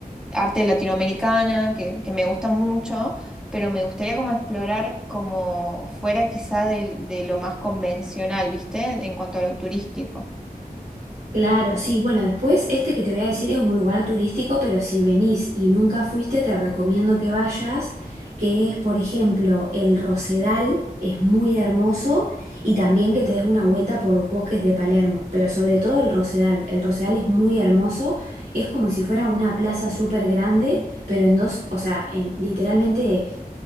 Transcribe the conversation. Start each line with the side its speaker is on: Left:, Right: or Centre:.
Centre: arte latinoamericana, que, que me gusta mucho, pero me gustaría como explorar como fuera quizá de, de lo más convencional, ¿viste? En cuanto a lo turístico.
Right: Claro, sí, bueno, después este que te voy a decir es un lugar turístico, pero si venís y nunca fuiste, te recomiendo que vayas, que es, por ejemplo, el Rosedal, es muy hermoso, y también que te des una vuelta por los bosques de Palermo, pero sobre todo el Rosedal. El Rosedal es muy hermoso, es como si fuera una plaza súper grande, pero en dos, o sea, en- literalmente